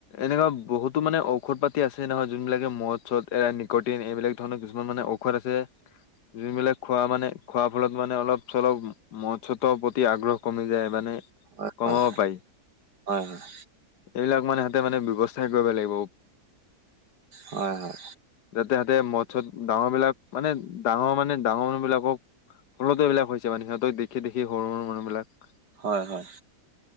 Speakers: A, on the left (about 75°); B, on the right (about 80°).
A: এনেকুৱা বহুতো মানে ঔষধ পাতি আছে নহয় যোনবিলাকে মদ চদ এৰাই নিকটিন এইবিলাক ধৰণৰ কিছুমান মানে ঔষধ আছে। যোনবিলাক খোৱা মানে খোৱাৰ ফলত মানে অলপ চলপ মদ চদৰ প্ৰতি আগ্ৰহ, কমি যায় মানে।
B: হয়-
A: কমাব
B: হয়-
A: পাৰি
B: হয়- হয়।
A: এইবিলাক মানে সিহঁতে মানে ব্যৱস্থাই কৰিব লাগিব।
B: হয় হয়
A: যাতে সহতে মদ- চদ ডাঙৰ বিলাক মানে ডাঙৰ মানে ডাঙৰ মানুহ বিলাকক, ফলতো এইবিলাক হৈছে মানে সিহতক দেখি, দেখি সৰু, সৰু মানুহবিলাক
B: হয়, হয়,